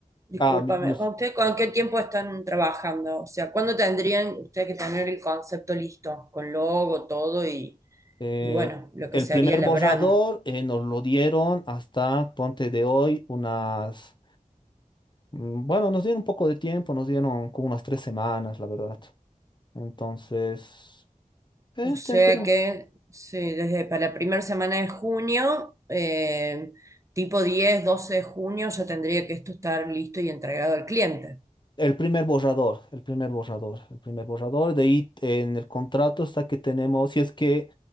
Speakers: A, on the right; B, on the left.
A: discúlpame,
B: ah, mi- nos-
A: con ustedes con qué tiempo están trabajando? O sea, ¿cuándo tendrían ustedes que tener el concepto listo, con logo, todo y,
B: eh,
A: y bueno, lo que
B: el
A: sería
B: primer
A: la
B: borrador
A: brand?
B: eh, nos lo dieron hasta, ponte de hoy, unas Mm, Bueno, nos dieron un poco de tiempo, nos dieron como unas tres semanas, la verdad. Entonces, eh,
A: O sea
B: ten- tenemos
A: que, sí, desde para la primera semana de junio, eh, tipo 10 12 de junio, ya tendría que esto estar listo y entregado al cliente.
B: el primer borrador, el primer borrador, el primer borrador. De ahí eh, en el contrato está que tenemos, si es que